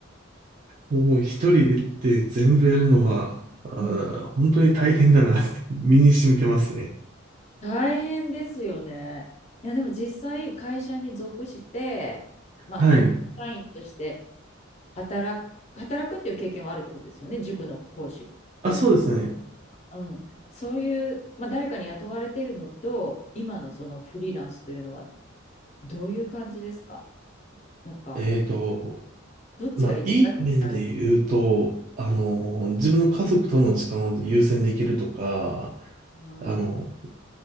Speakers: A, on the right; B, on the left.
A: もう一人で、で全部やるのは、あー、
B: うん。
A: 本当に大変だなって <laughs> 身に染みてますね。
B: 大変ですよね。いや、でも実際会社に属して、まあ、
A: はい。
B: そこ社員として働く、働くっていう経験はあるってことですよね。塾の講師をや、
A: あ、そうですね。
B: うん。そういう、まあ、誰かに雇われてるのと、今のそのフリーランスというのはどういう感じですかなんか
A: えっと、
B: どっちがいいですかって言ったらあれ。
A: まあ、いい面で言うと、あの、自分の家族との時間を優先できるとか、
B: うん、
A: あの、
B: う